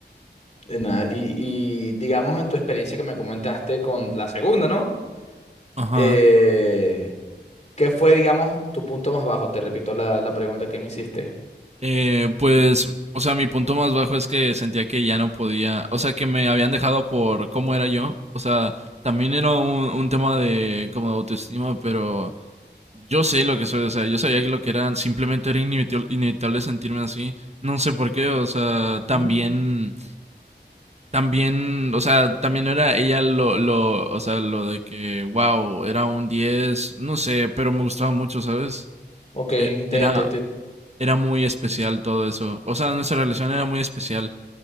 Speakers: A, on the left; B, on the right.
A: Y nada, y, y digamos en tu experiencia que me comentaste con la segunda, ¿no?
B: Ajá.
A: Eh, ¿qué fue, digamos, tu punto más bajo? Te repito la, la pregunta que me hiciste.
B: Eh, pues, o sea, mi punto más bajo es que sentía que ya no podía, o sea, que me habían dejado por cómo era yo. O sea, también era un, un tema de como de autoestima, pero yo sé lo que soy, o sea, yo sabía que lo que era, simplemente era inevit- inevitable sentirme así. No sé por qué, o sea,
A: Ujú.
B: también, también, o sea, también no era ella lo, lo, o sea, lo de que, wow, era un 10 no sé, pero me gustaba mucho, ¿sabes?
A: Ok, entiendo,
B: e- era, era muy especial todo eso. O sea, nuestra relación era muy especial.